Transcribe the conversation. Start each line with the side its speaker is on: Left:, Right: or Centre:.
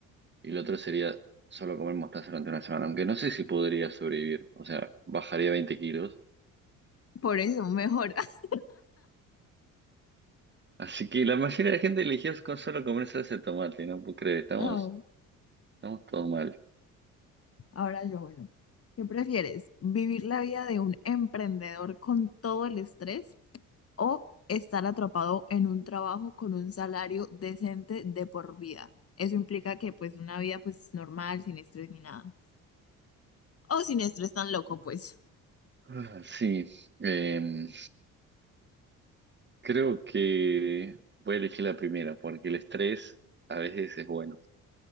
Right: y lo otro sería solo comer mostaza durante una semana, aunque no sé si podría sobrevivir, o sea, bajaría 20 kilos.
Left: Por eso, mejor. <laughs>
Right: Así que la mayoría de la gente eligió con solo comer salsa de tomate, ¿no? ¿Puedo creer? Estamos,
Left: Ah, ok.
Right: estamos todos mal.
Left: Ahora yo, bueno, ¿qué prefieres? ¿Vivir la vida de un emprendedor con todo el estrés o estar atrapado en un trabajo con un salario decente de por vida? Eso implica que pues una vida pues normal, sin estrés ni nada. O sin estrés tan loco, pues.
Right: Ah, Sí, em, creo que voy a elegir la primera, porque el estrés a veces es bueno.